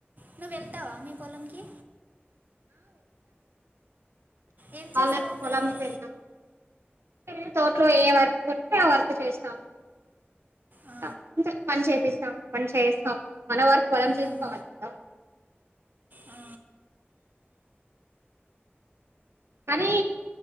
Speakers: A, on the right; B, on the right.
A: నువ్వు వెళ్తావా మీ పొలంకి ఏం చేస్తావు
B: వాళ్ళకి
A: అక్కడ
B: పోలం
A: వెళ్ళి
B: లేదు గా వెళ్లి తోటలో ఏ వర్క్ ఉంటే ఆ వర్క్ చేస్తాము
A: ఆ,
B: అంతే పని చేపిస్తాం పని చేయిస్తాం మన వర్కు మనం
A: ఉమ్,
B: చేసుకోవాలి కదా
A: ఆ
B: అది